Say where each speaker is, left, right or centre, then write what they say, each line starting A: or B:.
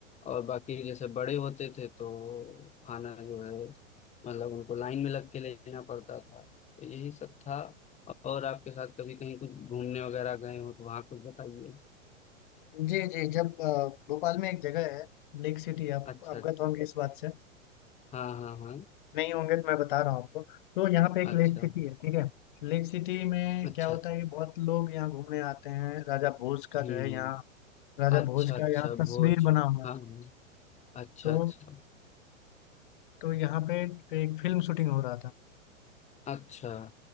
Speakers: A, on the left; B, on the left.
A: और बाकी जैसे बड़े होते थे तो खाना जो है मतलब उनको लाइन में लग के लेना पड़ता था तो यही सब था और आपके साथ कभी कहीं कुछ घूमने वगैरह गए हो तो वहाँ कुछ बताइए
B: जी जी जब अ, भोपाल में एक जगह है लेक सिटी आप
A: अच्छा
B: अवगत
A: अच्छा
B: होंगे इस बात से
A: हाँ हाँ हाँ
B: नहीं होंगे तो मैं बता रहा हूँ आपको तो यहाँ पे एक
A: अच्छा
B: लेक सिटी है ठीक है लेक सिटी में
A: अच्छा
B: क्या होता है कि बहुत लोग यहाँ घूमने आते हैं राजा भोज का
A: हम्म
B: जो है यहाँ राजा
A: अच्छा
B: भोज
A: अच्छा
B: का यहाँ तस्वीर
A: भोज
B: बना हुआ है
A: हाँ हाँ, अच्छा
B: तो
A: अच्छा
B: तो यहाँ पे एक फिल्म शूटिंग हो रहा था
A: अच्छा